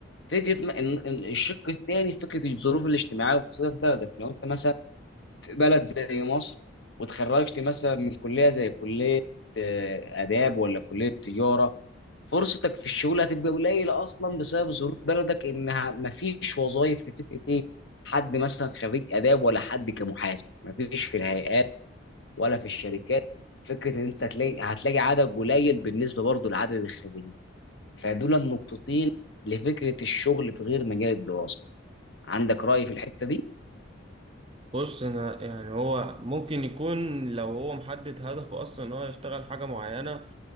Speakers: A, on the left; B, on the right.
A: فكره ما إن إن الشق الثاني فكره الظروف الاجتماعيه والاقتصاديه في بلدك لو انت مثلا في بلد زي مصر وتخرجت مثلا من كليه زي كليه آه، اداب ولا كليه تجاره فرصتك في الشغل هتبقى قليله اصلا بسبب ظروف بلدك انها ما فيش وظائف لفكره ايه حد مثلا خريج اداب ولا حد كمحاسب ما فيش في الهيئات ولا في الشركات فكره ان انت هتلاقي هتلاقي عدد قليل بالنسبه برضه لعدد الخريجين فدول النقطتين لفكره الشغل في غير مجال الدراسه عندك رأي في الحتة دي؟
B: بص انا يعني هو ممكن يكون لو هو محدد هدفه اصلا ان هو يشتغل حاجه معينه